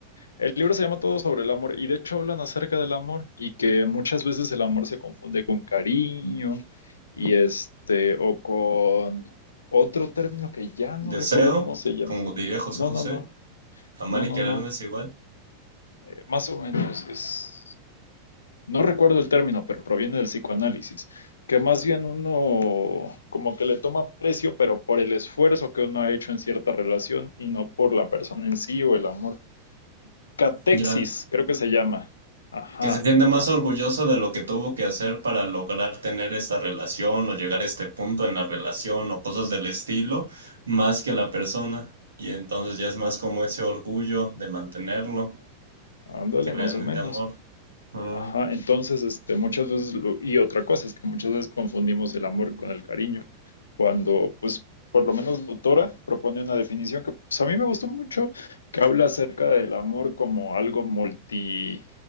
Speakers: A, on the left; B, on the right.
A: el libro se llama Todo sobre el amor y de hecho hablan acerca del amor y que muchas veces el amor se confunde con cariño y este, o con otro término que ya no
B: Deseo,
A: recuerdo cómo se llama.
B: como diría José
A: No,
B: José,
A: no, no,
B: amar
A: no,
B: y
A: no,
B: querer
A: no,
B: no es igual.
A: eh, más o menos es no recuerdo el término, pero proviene del psicoanálisis, que más bien uno como que le toma precio, pero por el esfuerzo que uno ha hecho en cierta relación y no por la persona en sí o el amor. Catexis,
B: Ya
A: creo que se llama. Ajá,
B: que se sienta más orgulloso de lo que tuvo que hacer para lograr tener esta relación o llegar a este punto en la relación o cosas del estilo, más que la persona. Y entonces ya es más como ese orgullo de mantenerlo
A: ándale,
B: que realmente
A: más o menos.
B: amor. Mm,
A: Ajá, entonces, este, muchas veces, lo- y otra cosa es que muchas veces confundimos el amor con el cariño, cuando, pues, por lo menos la autora propone una definición que, pues, a mí me gustó mucho, que habla acerca del amor como algo multi,